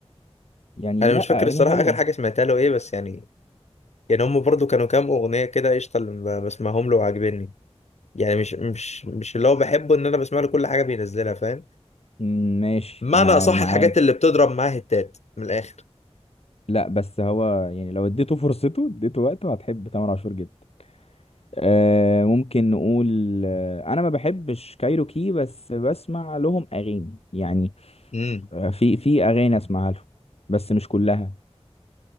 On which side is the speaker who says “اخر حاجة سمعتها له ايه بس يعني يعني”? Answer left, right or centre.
Left